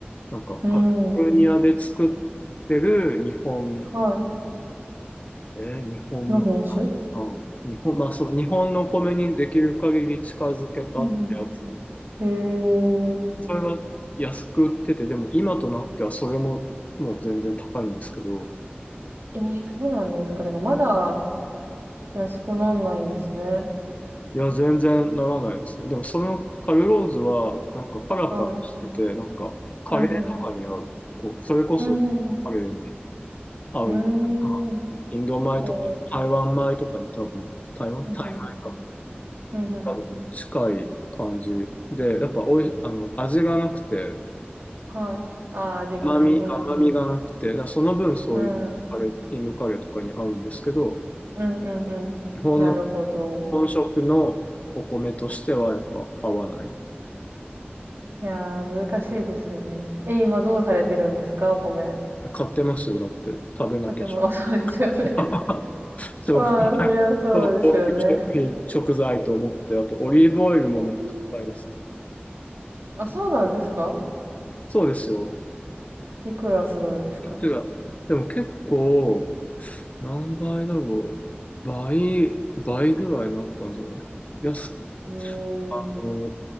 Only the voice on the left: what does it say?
なんかカリフォルニアで作ってる日本、
えー日本米
か、日本、まあその日本のお米にできる限り近づけたってやつ
それが安く売ってて、でも今となってはそれももう全然高いんですけど、
いや、全然ならないですね。でもそのカルローズはなんかパラパラしてて、
なんかカレーとかに合う、
こう、それこそカレーに
合うみたいな、
インド米とか台湾米とかに多分、
台湾タイ米か。
多分近い感じで、やっぱおい、あの、味がなくて、
甘み、
甘みがなくて、だからその分そういうカレー、
インドカレーとかに合うんですけど、
日本の
本食のお米としてはやっぱ合わない。
買ってますよ、だって食べなきゃ。
<laughs>
そう、
う
高級食品、食材と思って、あとオリーブオイルもめっちゃ高いですよ。
そうですよ。
いくらでも結構、何倍だろう。倍、倍ぐらいになったんじゃないですか。安、
あの、